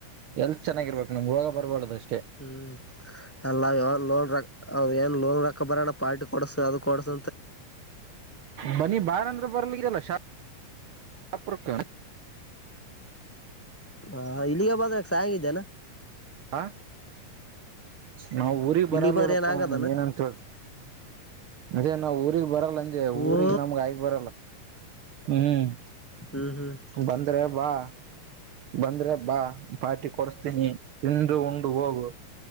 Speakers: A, on the right; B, in the centre.
A: ಎಲ್ ಚೆನ್ನಾಗಿರ್ಬೇಕು ನಿಮ್ಗೆ ಹೋಗ ಬರ್ಬಾರ್ದ ಅಷ್ಟು
B: ಹ್ಮ್ ಅಲ್ಲ ನ್ ಲೋನ್ ರಕ್ ಅವ್ರರು ಏನ್ ಲೋನ್ ರಕ್ಕ ಬರೋಣ ಪಾರಿ ಕೊಡಸು ಅದು ಕೊಡಡ್ಸ
A: ಬನ್ನಿ ಬಾರ ಅಂದ್ರ ಬರಲಾಗಿರಲ್ಲ ಶಾಹಪುರಕ್ಕ
B: ಹ ಇಲ್ಲಿಗೆ ಬದ್ರಕ ಸಾಯಂಗ ಇದೇನಾ
A: ಹ ನಾವ್ ಊರಿಗ್
B: ಇಲ್ಲಿಗ್
A: ಬರಲ್
B: ಬಂದ್ರ
A: ನೋಡಪ್ಪಾ
B: ಏನ್ ಆಗದಾನ
A: ನೀ ಏನಂತೇತ ಅದೇ ನಾವ ಊಗ್ ಬರಲ್ಲ ಅಂಜೆ ಊರಿಗೆ
B: ಓ
A: ನಮಗ ಆಯಕ್ ಬರಲ್ಲ ಹ್ಮ್
B: ಹ್ಮ್ ಹ್ಮ್
A: ಬಂದ್ರೆಬಾ ಬಂದ್ರೆ ಬಾ ಪಾರ್ಟಿ ಕೊಡಸ್ತೀನಿ ತಿಂದು ಉಂಡು ಹೋಗು